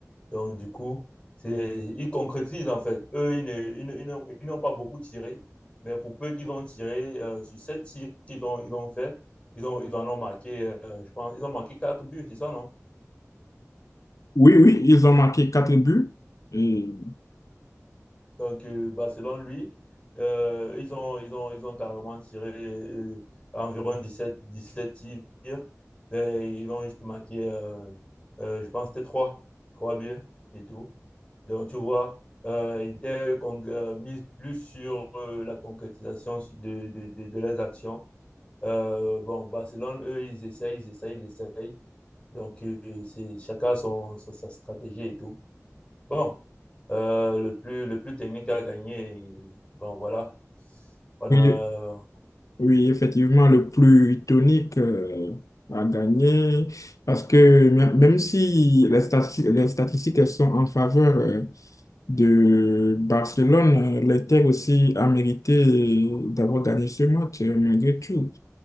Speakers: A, on the left; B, on the left.
A: Donc, du coup, c'est, ils concrétisent en fait. Eux, ils ne- ils ne- ils n'ont ils n'ont pas beaucoup tiré, mais pour peu qu'ils ont tiré, euh, sur sept tirs qu'ils ont, ils ont fait, ils ont, ils en ont marqué, euh, je pense, ils ont marqué quatre buts, c'est ça, non?
B: Oui, oui, ils ont marqué quatre buts. Et-
A: Donc, euh, bah, selon lui, euh, ils ont, ils ont, ils ont carrément tiré euh, environ dix sept tirs. Et ils ont juste marqué, euh, euh, je pense, que c'était 3 3 buts et tout. Donc, tu vois, euh, ils étaient con- euh, mis plus sur euh, la concrétisation de, de, de, de leurs actions. Euh, bon, Barcelone, eux, ils essayent, ils essayent, ils essayent. Donc, euh, c'est, chacun a son, sa, sa stratégie et tout. Bon, euh, le plus, le plus technique à gagner, Bon, voilà. On
B: oui,
A: a.
B: oui, effectivement, le plus tonique euh, a gagné parce que même, même si les, stati- les statistiques elles sont en faveur euh, de Barcelone. L'Inter aussi a mérité d'avoir gagné ce match, euh, malgré tout.